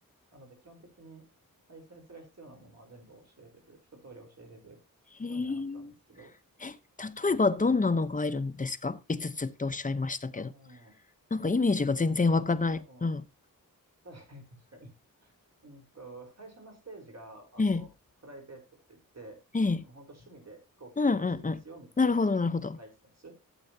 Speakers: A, on the right; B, on the left.
A: なので、基本的に、ライセンスが必要なものは全部教えれる、一通り教えれるようにはなったんですけど、
B: へえ。例えばどんなのがいるんですか
A: そうなんで、
B: ?5 つつっておっしゃいましたけど。
A: ああ、う
B: なんかイメージが全然湧かない。
A: ーんと、例えば、
B: うん。
A: <laughs> 確かに確かに。うーんと、最初のステージが、あの、
B: ええ、
A: プライベートって言って、
B: ええ。
A: あの、本当趣味で飛行機飛ばしていいですよ、
B: うんうんうん。
A: みたいなライセンス。
B: なるほど、なるほど。